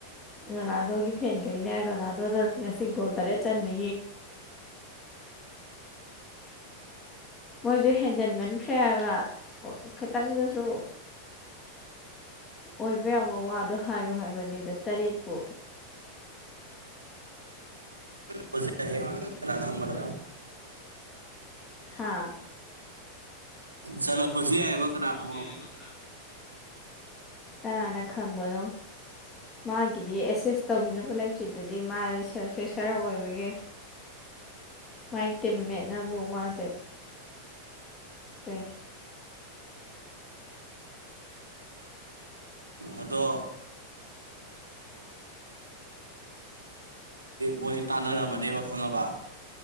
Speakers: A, on the left (about 20°); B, on the right (about 80°).
A: ꯔꯣꯅꯥꯜꯗꯣꯒꯤ ꯐꯦꯟꯈꯩꯅꯣ ꯑꯗꯨ ꯉꯁꯤꯒꯣꯜ ꯇꯔꯦꯠ ꯆꯅ ꯃꯣꯏꯁꯨ ꯍꯦꯟꯖꯟꯃꯟꯈ꯭ꯔꯦ ꯍꯥꯏꯕ ꯈꯤꯇꯪꯗꯁꯨ ꯑꯣꯏꯕ ꯌꯥꯕ ꯋꯥꯗꯣ ꯍꯥꯏꯌꯨ ꯍꯥꯏꯕꯅꯤꯗ ꯇꯔꯦꯠꯄꯨ
B: ꯄꯣꯠꯁꯦ ꯌꯥꯏꯍꯦ ꯀꯅꯥ ꯈꯪꯕꯅꯣ
A: ꯍꯥꯥ
B: ꯆꯂ ꯄꯨꯁꯤꯂꯤ ꯍꯥꯏꯕ ꯀꯅꯥ ꯈꯪꯕꯅꯣ
A: ꯌꯥꯏꯕ ꯀꯅꯥ ꯀꯅꯥꯅ ꯈꯪꯕꯅꯣ ꯃꯥꯒꯤꯗꯤ ꯑꯦꯁꯦꯁ ꯇꯧꯕꯤꯅꯕ ꯂꯩꯇ꯭ꯔꯤꯗꯗꯤ ꯃꯥ ꯁꯦꯜꯐꯦꯁ ꯈꯔ ꯑꯣꯏꯕꯒꯦ ꯃꯥꯒꯤ ꯇꯤꯝꯃꯦꯠꯅꯕꯨ ꯃꯥꯁꯦ ꯄꯦ
B: ꯑꯗꯣ ꯃꯣꯏ ꯇꯥꯟꯅꯔꯝꯃꯅꯦꯕ ꯈꯪꯉꯕ